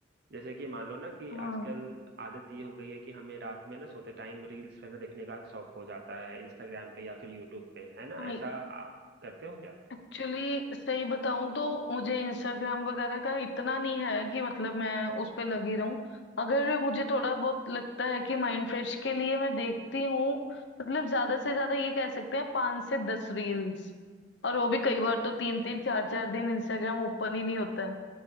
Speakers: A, on the right; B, on the left.
A: जैसे कि मान लो ना कि
B: हाँ
A: आजकल आदत ये हो गई है कि हमें रात में ना सोते टाइम रील्स वगैरह देखने का शौक हो जाता है इंस्टाग्राम पे या फिर यूट्यूब पे है ना
B: हाँ
A: ऐसा आप करते हो क्या
B: एक्चुअली सही बताऊं तो मुझे इंस्टाग्राम वगैरह का इतना नहीं है कि मतलब मैं उस पे लगी रहूं अगर मुझे थोड़ा बहुत लगता है कि माइंड फ्रेश के लिए मैं देखती हूँ मतलब ज्यादा से ज्यादा ये कह सकते हैं पांच से दस रील्स और वो भी कई बार तो तीन तीन चार चार दिन इंस्टाग्राम ओपन ही नहीं होता है